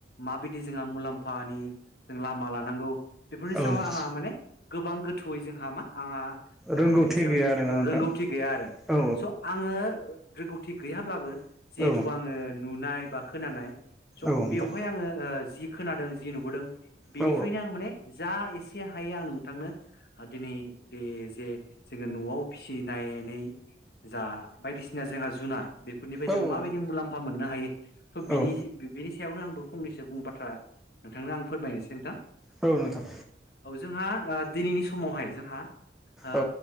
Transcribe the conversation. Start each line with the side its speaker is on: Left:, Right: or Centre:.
Left: माबायदि जोंहा मुलाम्फानि जों लामा लानांगौ बेफोरनि सायाव
Centre: नोंथां
Left: आंहा माने गोबां गोथौयै जोंहा मा आंहा
Centre: रोंगौथि
Left: बिनि ओ सायाव
Centre: गैया आरोना नोंथां
Left: रोंगौ थि गैया आरो
Centre: औ
Left: स आङो रोंगौथि गैयाब्लाबो जिहेथु
Centre: औ
Left: आङो नुनाय बा खोनानाय स'
Centre: औ नोंथां
Left: बेवहाय आङो जि खोनादों जि नुबोदों बेनिफ्रायनो
Centre: औ
Left: आं माने जा एसे एसे हायो आं नोंथांनो दिनै बे जे जोङो न'आव फिसिनायनै जा बायदिसिना जोंहा जुनार बेफोरनिफ्राय जोङो
Centre: औ
Left: माबायदि मुलाम्फा मोननो हायो स' बिनिसे
Centre: औ
Left: बिबिनि सयावनो आंबो फंनसो बुं बाथ्रा नोंथांनो आं फोरमायनोसै नोंथां
Centre: औ नोंथां
Left: औ जोंहा दिनैनि समावहाय जोंहा ओ
Centre: औ